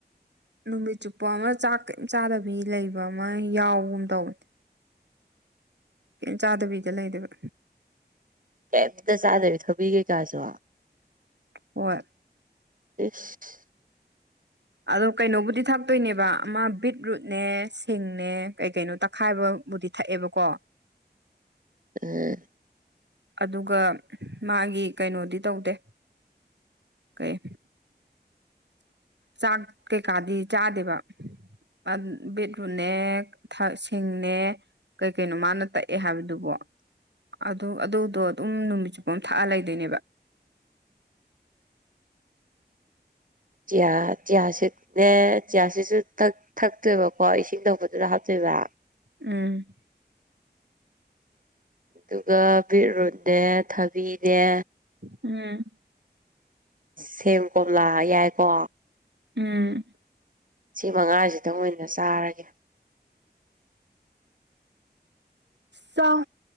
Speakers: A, on the right; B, on the right.
A: ꯅꯨꯃꯤꯠ ꯆꯨꯞꯄ ꯑꯃ ꯆꯥꯛ ꯀꯩꯝ ꯆꯥꯗꯕꯤ ꯂꯩꯕ ꯑꯃ ꯌꯥꯎꯒꯨꯝ ꯇꯧꯝ ꯀ‌ꯦꯝ ꯆꯥꯗꯕꯤꯗ ꯂꯩꯗꯨꯏꯕ
B: ꯀꯩꯝꯇ ꯆꯥꯗꯕꯤ ꯊꯥꯕꯤ ꯀꯩꯀꯥꯖꯨ
A: ꯍꯣꯏ
B: ꯏꯁ
A: ꯑꯗꯣ ꯀꯩꯅꯣꯕꯨꯗꯤ ꯊꯥꯛꯇꯣꯏꯅꯦꯕ ꯑꯃ ꯕꯤꯠꯔꯨꯠꯅꯦ ꯁꯤꯡꯅꯦ ꯀꯩ ꯀꯩꯅꯣ ꯇꯛꯈꯥꯏꯕ ꯕꯨꯗꯤ ꯊꯑꯦꯕꯀꯣ
B: ꯎꯝ
A: ꯑꯗꯨꯒ ꯃꯥꯒꯤ ꯀꯩꯅꯣꯗꯤ ꯇꯧꯗꯦ ꯀꯩ ꯆꯥꯡ ꯀꯩꯀꯥꯗꯤ ꯆꯥꯗꯦꯕ ꯑꯟ ꯕꯤꯠꯔꯨꯠꯅꯦ ꯊ ꯁꯤꯡꯅꯦ ꯀꯩ ꯀꯩꯅꯣ ꯃꯥꯅ ꯇꯛꯑꯦ ꯍꯥꯏꯕꯗꯨꯕꯣ ꯑꯗꯨ ꯑꯗꯨꯗꯣ ꯑꯗꯨꯝ ꯅꯨꯃꯤꯠ ꯆꯨꯞꯄꯝ ꯊꯛꯑ ꯂꯩꯗꯣꯏꯅꯦꯕ
B: ꯆꯤꯌꯥ ꯆꯤꯌꯥꯁꯤꯠ ꯅꯦ ꯆꯤꯌꯥꯁꯤꯠꯁꯨ ꯊꯛ ꯊꯛꯇꯣꯏꯕꯀꯣ ꯏꯁꯤꯡ ꯊꯛꯄꯗꯨꯗ ꯍꯥꯞꯇꯣꯏꯕꯥ
A: ꯎꯝ
B: ꯗꯨꯒ ꯕꯤꯠꯔꯨꯠꯅꯦ ꯊꯕꯤꯅꯦ
A: ꯎꯝ
B: ꯁꯦꯝ ꯀꯣꯝꯂꯥ ꯍ ꯌꯥꯏꯀꯣ
A: ꯎꯝ
B: ꯁꯤ ꯃꯉꯥꯁꯤꯗꯪ ꯑꯣꯏꯅ ꯆꯥꯔꯒꯦ
A: ꯆꯥꯎ